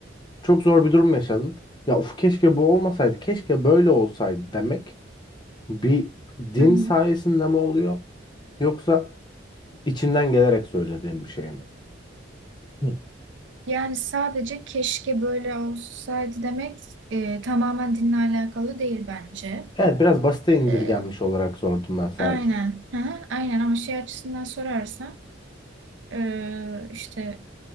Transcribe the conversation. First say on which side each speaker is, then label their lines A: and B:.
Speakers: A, on the left (about 25°); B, on the right (about 75°).
A: Çok zor bir durum yaşadın. Ya of keşke bu olmasaydı, keşke böyle olsaydı demek bir din
B: Hı hı.
A: sayesinde mi oluyor yoksa içinden gelerek söylediğin bir şey mi? Hı.
B: Yani sadece keşke böyle olsaydı demek e, tamamen dinle alakalı değil bence.
A: Evet biraz basite indirgenmiş
B: E,
A: olarak sordum ben sadece.
B: aynen. Hı hı, aynen ama şey açısından sorarsan e, işte